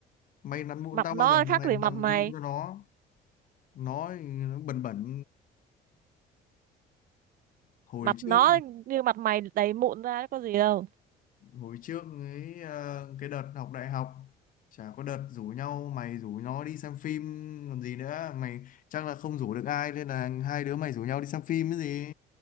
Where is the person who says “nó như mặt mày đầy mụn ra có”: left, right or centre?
Right